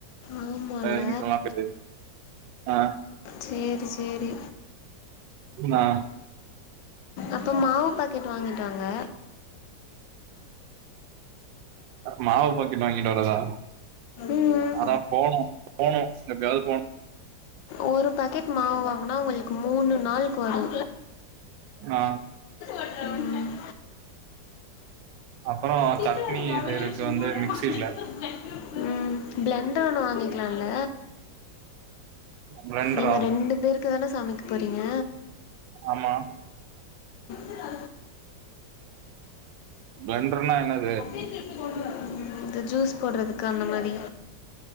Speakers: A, on the left; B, on the right.
A: ஆமால்ல
B: <unintelligible> ஆ
A: சேரி சேரி
B: நா
A: அப்போ மாவு பாக்கெட் வாங்கிட்டு வாங்க
B: மாவு பாக்கெட் வாங்கிட்டு வரதா
A: ம் ம்
B: அதா போனு போனு எப்பயாவது போனு
A: ஒரு பாக்கெட் மாவு வாங்குனா உங்களுக்கு மூணு நாள்க் வரு
B: ஆ
A: ம்
B: அப்புறோ
A: திட்டு
B: சட்னி
A: வாங்குறதுக்கு அவளையே
B: செய்யறக்கு
A: சும்மாவே
B: வந்து மிக்சி
A: மாட்டிட்டு
B: இல்ல
A: இருக்கேன். ம் பிளண்டர் ஒண்ணு வாங்கிக்கலாம்ல
B: பிளண்டரா
A: நீங்க ரெண்டு பேருக்கு தான சமைக்க போறீங்க
B: ஆமா
A: இதை
B: ப்ளேன்டர்னா என்னது
A: ம் இந்த ஜூஸ் போடுறதுக்கு அந்த மாரி